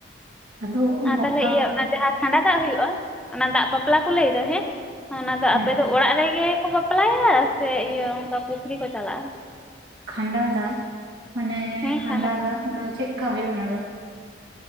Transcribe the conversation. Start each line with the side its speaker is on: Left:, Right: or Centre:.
Right: ᱟᱫᱚ
Centre: ᱟᱨ
Right: ᱵᱟᱯᱞᱟ
Centre: ᱛᱟᱦᱚᱞᱮ ᱤᱭᱟᱹ
Right: ᱠᱚᱨᱮ
Centre: ᱚᱱᱟ ᱡᱟᱦᱟᱸ ᱠᱷᱟᱸᱰᱟ ᱫᱟᱜ ᱦᱩᱭᱩᱜᱼᱟ ᱚᱱᱟ ᱫᱟᱜ ᱵᱟᱯᱞᱟ ᱠᱚ ᱞᱟᱹᱭ ᱫᱟ ᱦᱮᱸ ᱚᱱᱟ ᱫᱚ
Right: ᱦᱮᱸ
Centre: ᱟᱯᱮ ᱫᱚ ᱚᱲᱟᱜ ᱨᱮᱜᱮ ᱠᱚ ᱵᱟᱯᱞᱟᱭᱟ ᱥᱮ ᱤᱭᱟᱹ ᱚᱱᱠᱟ ᱯᱩᱠᱷᱨᱤ ᱠᱚ ᱪᱟᱞᱟᱜᱼᱟ᱾
Right: ᱠᱷᱟᱱᱰᱟ ᱫᱟᱜ ᱢᱟᱱᱮ
Centre: ᱦᱮᱸ
Right: ᱠᱷᱟᱱᱰᱟ
Centre: ᱠᱷᱟᱸᱰᱟ
Right: ᱫᱟᱜ ᱫᱚ ᱪᱮᱫᱠᱟ ᱦᱩᱭᱩᱜᱼᱟ ᱚᱱᱟ ᱫᱚ?